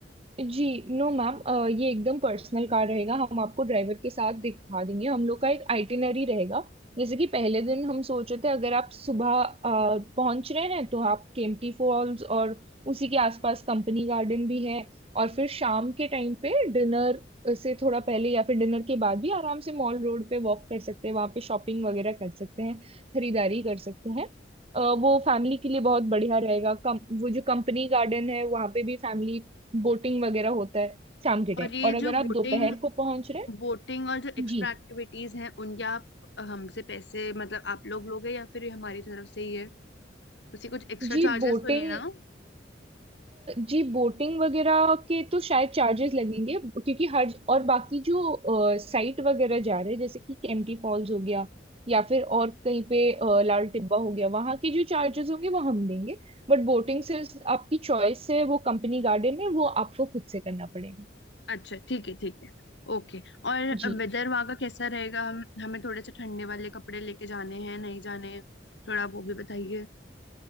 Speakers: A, on the right (about 30°); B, on the left (about 75°).
A: जी नो मैम अ, ये एकदम पर्सनल कार रहेगा हम आपको ड्राइवर के साथ दिखा देंगे हम लोग का एक आइटिनरी रहेगा जैसे कि पहले दिन हम सोच रहे थे अगर आप सुबह अ, पहुंच रहे हैं तो आप केम्प्टी फॉल्स और उसी के आसपास कंपनी गार्डन भी है और फिर शाम के टाइम पे डिनर से थोड़ा पहले या फिर डिनर के बाद भी आराम से मॉल रोड पे वॉक कर सकते हैं वहाँ पे शॉपिंग वगैरह कर सकते हैं खरीदारी कर सकते हैं अ, वो फैमिली के लिए बहुत बढ़िया रहेगा कम वो जो कंपनी गार्डन है वहाँ पे भी फैमिली बोटिंग वगैरह होता है शाम के टाइम
B: और ये
A: और अगर
B: जो बोटिंग
A: आप दोपहर को पहुंच रहे
B: बोटिंग
A: हैं
B: और जो एक्स्ट्रा
A: जी
B: एक्टिविटीज हैं उनके आप अ, हमसे पैसे मतलब आप लोग लोगे या फिर ये हमारी तरफ से ही है उसी कुछ एक्स्ट्रा
A: जी
B: चार्जेस
A: बोटिंग
B: तो नहीं है ना
A: जी बोटिंग वगैरह के तो शायद चार्जेस लगेंगे क्योंकि हर और बाकी जो साइट वगैरह जा रहे हैं जैसे कि केम्प्टी फॉल्स हो गया या फिर और कहीं पे अ, लाल टिब्बा हो गया वहाँ के जो चार्जेस होंगे वो हम देंगे बट बोटिंग से आपकी चॉइस है वो कंपनी गार्डन है वो आपको खुद से करना पड़ेगा
B: अच्छा ठीक है ठीक है ओके और
A: जी
B: वेदर वहाँ का कैसा रहेगा हम हमें थोड़े से ठंडे वाले कपड़े लेके जाने हैं नहीं जाने हैं थोड़ा वो भी बताइए